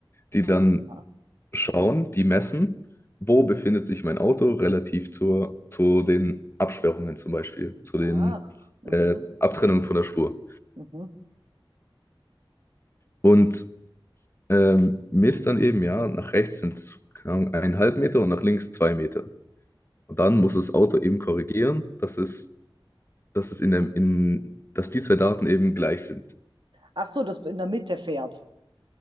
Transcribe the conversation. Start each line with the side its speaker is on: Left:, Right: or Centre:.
Left: die dann
Right: Aha.
Left: schauen, die messen, wo befindet sich mein Auto relativ zur, zu den Absperrungen zum Beispiel, zu den
Right: Ach. Mhm.
Left: äh, Abtrennungen von der Spur.
Right: Mhm.
Left: Und Ähm, misst dann eben, ja, nach rechts sind es eineinhalb Meter und nach links zwei Meter. Und dann muss das Auto eben korrigieren, dass es, dass es in der, in, dass die zwei Daten eben gleich sind.
Right: Ach so, das in der Mitte fährt.